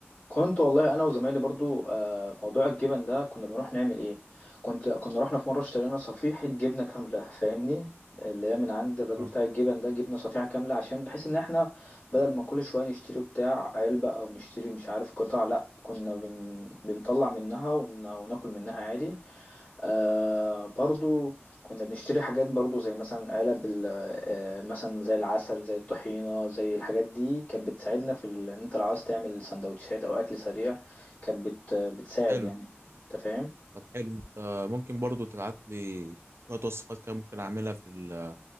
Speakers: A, on the left (about 30°); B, on the right (about 65°).
A: كنت والله انا وزمايلي برضو آه، موضوع الجبن ده كنا بنروح نعمل ايه كنت كنا رحنا في مره اشترينا صفيحه جبنه كامله فاهمني اللي هي من عند الراجل
B: آه.
A: بتاع الجبن ده جبنه صفيحه كامله عشان بحيث ان احنا بدل ما كل شويه نشتري بتاع علبه او نشتري مش عارف قطع لا كنا بن... بنطلع منها ون... وناكل منها عادي آه برضو كنا بنشتري حاجات برضو زي مثلا علب ال- آه مثلا زي العسل زي الطحينة زي الحاجات دي كانت بتساعدنا في ال- ان انت لو عايز تعمل سندوتشات او اكل سريع كانت بت بتساعد
B: حلو
A: يعني انت فاهم
B: طب حلو انت ممكن برضو تبعت لي شوية وصفات كده ممكن اعملها في ال-